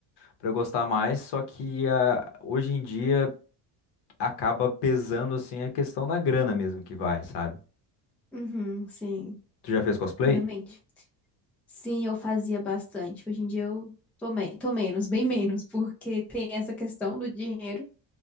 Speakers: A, on the left; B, in the centre.
A: Pra eu gostar mais, só que ah, hoje em dia acaba pesando assim a questão da grana mesmo que vai, sabe?
B: uhum, sim.
A: Tu já fez cosplay?
B: Realmente. Sim, eu fazia bastante. Hoje em dia eu tô, me- tô menos, bem menos, porque tem essa questão do dinheiro.